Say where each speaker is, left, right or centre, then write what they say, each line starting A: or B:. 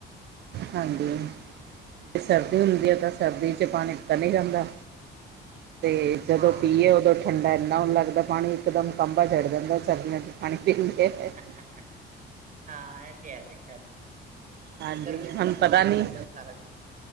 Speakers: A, on the right (about 60°); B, on the right (about 40°).
A: ਹਾਂਜੀ। ਜੇ ਸਰਦੀ ਹੁੰਦੀ ਐ ਤਾਂ ਸਰਦੀ 'ਚ ਪਾਨੀ ਪੀਤਾ ਨੀ ਜਾਦਾ ਤੇ ਜਦੋਂ
B: ਹਾਂ
A: ਪੀਏ ਓਦੋਂ ਠੰਡਾ ਏਨਾ ਹੋਣ ਲੱਗਦਾ ਪਾਨੀ ਇਕਦਮ ਕਾਂਭਾ ਚੜ ਜਾਂਦਾ ਸਰਦੀਆਂ 'ਚ <inaudible>
B: <inaudible> ਹਾਂ ਐ ਤੇ ਹੈ ਵੇ ਖੈਰ,
A: ਹਾਂਜੀ
B: ਗਰਮੀ ਚ
A: ਹੁਣ
B: ਬਸ
A: ਪਤਾ
B: ਪਾਨੀ
A: ਨਹੀਂ
B: ਪੀ ਜਾਓ ਸਾਰਾ ਦਿਨ